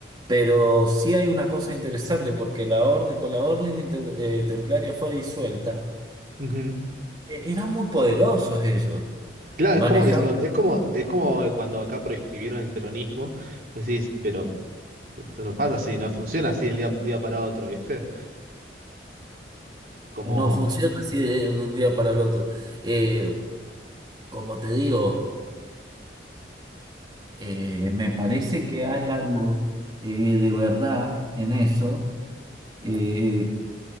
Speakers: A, on the right (about 25°); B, on the right (about 50°).
A: pero sí hay una cosa interesante, porque la orden, con la orden inter- eh, templaria fue disuelta,
B: Ujú.
A: e- eran muy poderosos ellos,
B: Claro,
A: manejaban,
B: es como, disol- es como, es como cuando acá proscribieron el peronismo, pues decís, pero esto no pasa así, no funciona así el día, un día para otro, ¿viste? Como,
A: no funciona así de, de un día para el otro. Eh, como te digo, eh, me parece que hay algo eh, de verdad en eso. Eh,